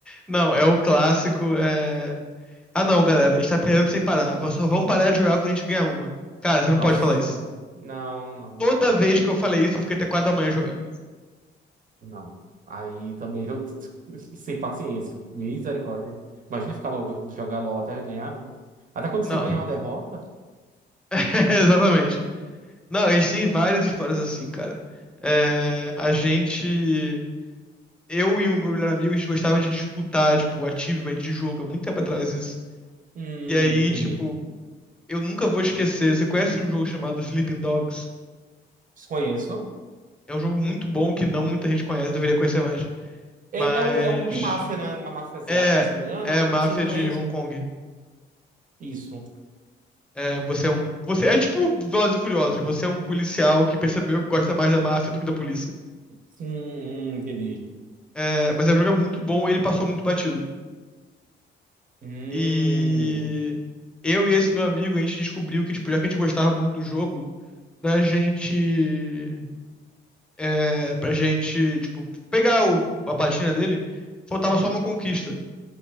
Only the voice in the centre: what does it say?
Não, é o clássico. É... Ah, não, galera, a gente tá perdendo sem parar. V- Só vamos parar de jogar quando a gente ganhar uma. Cara, você não
pode falar isso.
Toda
vez que eu falei isso, eu fiquei até quatro da manhã jogando.
Não,
<laughs> exatamente. Não, a gente tem várias histórias assim, cara. É, A gente. eu e o meu melhor amigo, a gente gostava de disputar, tipo, achievement de jogo, há muito tempo atrás isso.
E aí,
tipo, eu nunca vou esquecer. Você conhece um jogo chamado Sleeping Dogs?
É um jogo muito bom que não muita gente conhece, deveria conhecer mais.
Mas
é
é a máfia
de Hong Kong.
É, você é um você é tipo Velozes e Furiosos, você é um policial que percebeu que gosta mais da máfia do que da polícia.
É, mas é um jogo muito bom, ele passou muito batido.
E eu e esse meu amigo, a gente descobriu que tipo, já que a gente gostava muito do jogo, pra gente. É, pra gente, tipo, pegar o- a platina dele, faltava
só uma conquista.